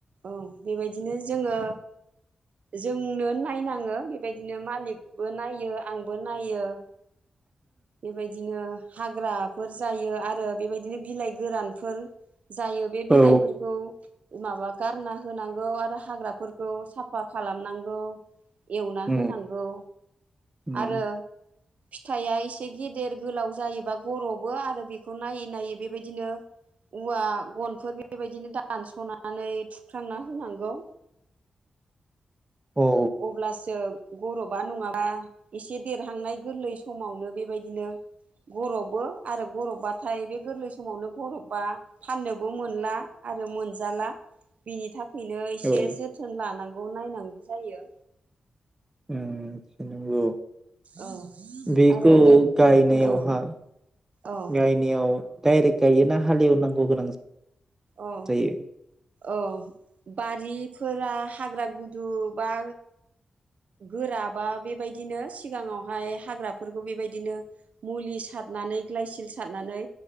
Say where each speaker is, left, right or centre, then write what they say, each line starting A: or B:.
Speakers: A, on the right (about 70°); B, on the right (about 20°).
A: औ बेबायदिनो जोङो जोंनो नायनाङो बेबायदिनो मालिकबो नायो आंबो नायो । बेबायदिनो हाग्राफोर जायो आरो बेबायदिनो बिलाइ गोरानफोर। जायो बे बिलाइफोरखौ
B: औ
A: माबा गारना होनांगौ आरो हाग्राफोरखौ साफा खालामनांगौ। एवना
B: उम
A: होनांगौ
B: उम
A: आरो फिथाइआ एसे गेदेर गोलाव जायोबा गरबो आरो बेखौ नायै नायै बेबायदिनो औवा गनफोर बेबायदिनो दानस'नानै थुख्रांना होनांगौ।
B: औ
A: अब्लासो गरबा नङाबा एसे देरहांनाय गोरलै समावनो बेबायदिनो। गरफबो आरो गरबबाथाय बे गोरलै समावनो गरब बा फाननोबो मोनला आरो मोनजाला बेनि थाख खैनो एसे
B: औ
A: जोथोन लानांगौ नायनांगौ जायो।
B: ओओ नंगौ
A: औ
B: बेखौ
A: आरो नों
B: गायनायावहा
A: औ औ
B: गायनायाव डाइरेक्ट गायोना हालेवनांगौ गोनां
A: औ
B: जायो
A: औ बारिफोरा हाग्रा गुदु बा गोराबा बेबायदिनो सिगाङावहाय हाग्राफोरखौ बेबायदिनो मुलि सार नानै ग्लाइ सिल सारनानै